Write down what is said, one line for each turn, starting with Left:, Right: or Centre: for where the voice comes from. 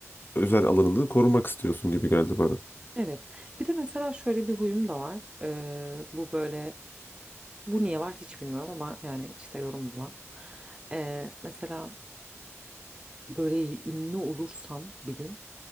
Left: özel alanını korumak istiyorsun gibi geldi bana.
Right: Evet. Bir de mesela şöyle bir huyum da var. Eee, bu böyle bu niye var hiç bilmiyorum ama yani işte yorumla. Eee, mesela böyle ünlü olursam bir gün